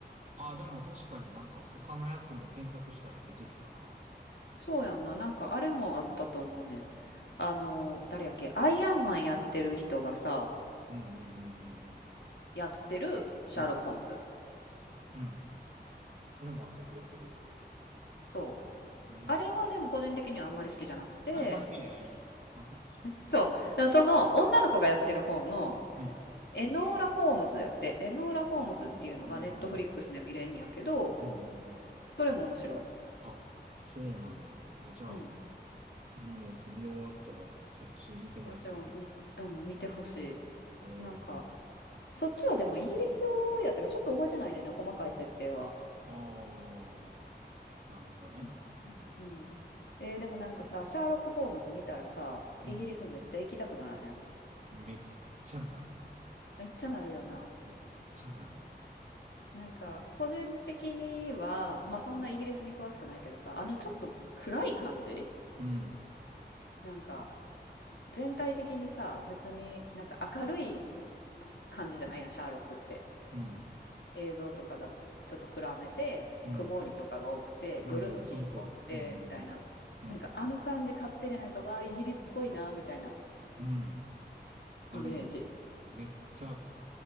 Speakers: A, on the right; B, on the left.
A: ああ、でも確かになんか他のやつも検索したら出てきたな。
B: そうやんな。なんかあれもあったと思うねん。あの、誰やっけアイアンマンやってる人がさ、
A: うんうんうん
B: やってるシャーロック・
A: うんうん。うん。
B: ホームズ。
A: うん。それもあった気がする。
B: そう。
A: うん。
B: あれはでも個人的にはあんまり好きじゃなくて、
A: あんま好きじゃないんや。あ、そうか。
B: そう。でもその女の子がやってる方の
A: うん。
B: エノーラ・ホームズやって、エノーラ・ホームズっていうのがネットフリックスで見れんやけど、
A: 犬ルホーム。うんうんうん。
B: それも面白
A: あ、そうなんや。あ、じゃあ、
B: い。うん。
A: 今のやつ見終わったら、そっち見てまいそうやね。
B: そっちも見、うん、見てほし
A: うん。
B: い。なんか、そっちはでもイギリスやったからちょっと覚えてないねんな、細かい設定は。
A: ああ、なるほどね。
B: うんうんうん。えーでもなんかさ、シャーロック・ホームズ見たらさ、
A: うん。
B: イギリスめっちゃ行きたくならへん。
A: めっちゃなる。
B: めっちゃなるよな。
A: めっちゃなる。
B: なんか個人的には、まあそんなイギリスに詳しくないけどさ、あのちょっと暗い感じ
A: うん。
B: なんか全体的にさ、別になんか明るい感じじゃないやん、シャーロックって。
A: うん。
B: 映像とかがちょっと暗めで、
A: うん。
B: 曇りとかが多くて、
A: いや、
B: 夜のシーン多くて、
A: もうその通り。うん、うん、
B: みたいな。
A: うん、
B: なんかあの感じ勝手でなんか、
A: うん。
B: わあ、イギリスっぽいな、みたいな
A: うん。うんあ、
B: イメージ。
A: でも、めっちゃ